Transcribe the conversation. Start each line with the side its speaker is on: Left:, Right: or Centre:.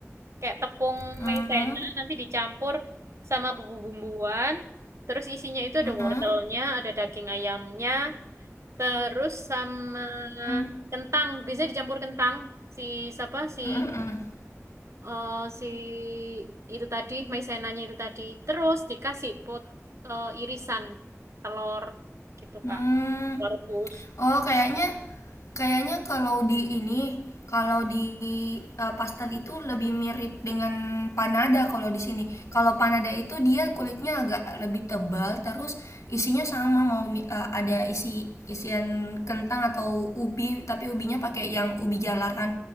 Right: Kayak tepung
Left: Hmm.
Right: maizena nanti dicampur sama bumbu-bumbuan. Terus isinya itu
Left: Mm-mm.
Right: ada wortelnya, ada daging ayamnya, terus sama
Left: Mm-mm.
Right: kentang. Biasanya dicampur kentang si siapa si
Left: Mm-mm.
Right: eh, si itu tadi, maizenanya itu tadi. Terus dikasih pot eh, irisan telur gitu,
Left: Hmm.
Right: Kak.
Left: Hmm.
Right: Telur rebus.
Left: Oh, kayaknya kayaknya kalau di ini, kalau di eh, pastel itu lebih mirip dengan panada kalau di sini. Kalau panada itu dia kulitnya agak lebih tebal, terus isinya sama mau mi- eh, ada isi isian kentang atau ubi, tapi ubinya pakai yang ubi jalar kan.